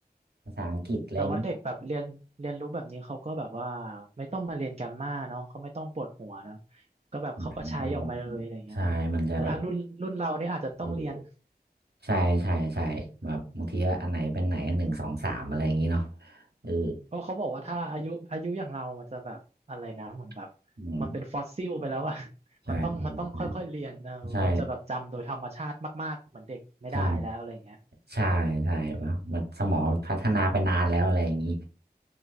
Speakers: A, on the right (about 75°); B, on the right (about 40°).
A: ภาษาอังกฤษอะไรอย่างเงี้ย
B: แต่ว่าเด็กแบบเรียนเรียนรู้แบบนี้เขาก็แบบว่าไม่ต้องมาเรียนแกรมมาเนาะเขาไม่ต้องปวดหัวเนาะก็แบบเขาก็ใช้ออกมาเลยอะไรอย่างเงี้ยเนาะแต่ถ้ารุ่นรุ่นเราเนี่ยอาจจะต้องเรียน
A: มันจะใช่มันจะแบบไม่รู้ใช่ใช่ใช่แบบบางทีว่าอันไหนเป็นไหนหนึ่งสองสามอะไรอย่างงี้เนาะเออ
B: เพราะเขาบอกว่าถ้าอายุอายุอย่างเรามันจะแบบอะไรนะเหมือนแบบ
A: <laughs> อืม
B: มันเป็นฟอสซิลไปแล้วอะ <laughs>
A: ใช่ใช่
B: มันต้องมันต้องค่อยๆเรียนเออมันจะแบบจำโดยธรรมชาติมากๆเหมือนเด็กไม่ได้แล้วอะไรอย่างเงี้ย
A: ใช่ใช่ใช่ใช่ปะมันสมองพัฒนาไปนานแล้วอะไรอย่างนี้